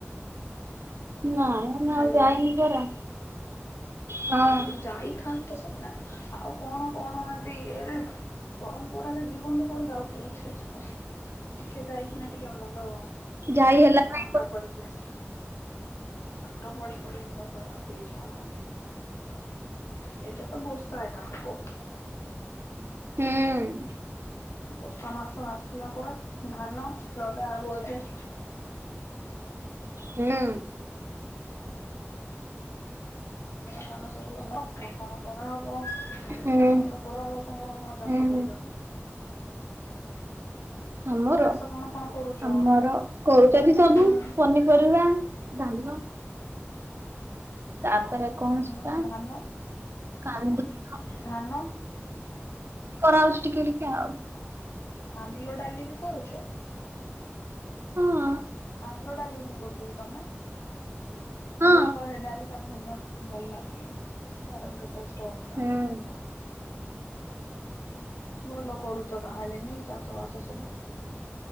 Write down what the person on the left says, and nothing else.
ହ୍ୟାଲୋ
ଯାଇଥାନ୍ତ ସିନା। ଆଉ କଣ କଣ ଏତି ଇରେ ପରମ୍ପରାରେ ଜି ଜୀବନ କହିଲ, ଆଉ କୋଉ ଥିରେ ଯିବ? ଟିକେ ଯାଇକିନା ଟିକେ ମୁଣ୍ଡ
ଥଣ୍ଡା କରିକି ଆସ। ପାଠ ପଢି ପଢି ମୁଣ୍ଡ ଖରାପ ହେଇ ଯିବ ନହେଲେ। ଏବେ ତ ବର୍ଷା ଏକା ହବ।
ବର୍ଷା ମାସ ଆସିଲା ପରେ, ଧାନ ଲଗା ହବ ଏବେ।
ଧାନ, ଫାନ ସବୁ ଲଗା ହବ। ଆଉ କଣ କରାହବ? ଚାଷ
ବାଷ କରାହବ। ତମର କଣ ଚାଷ
କରୁଛନ୍ତି।
ଚାଷ କଣ, କଣ କରୁଛ?
ହୁଁ
ହୁଁ
ଧାନ,
ଧାନ।
କାନ୍ଦିଲ ଡାଲି ବି କରୁଛ?
କାନ୍ଦିଲ ଡାଲି ବି କରୁଛ କି ତମେ?
ଭଲ ହେ ଡାଲି ଟା ଭଲ ଭଲ ଲାଗେ। ତାର ଗୋଟେ ଟେଷ୍ଟ୍ ଅଲଗା।
ଭଲ କରୁଛ ତାହେଲେ ନେଇ ଚାଷ ବାସ ସବୁ?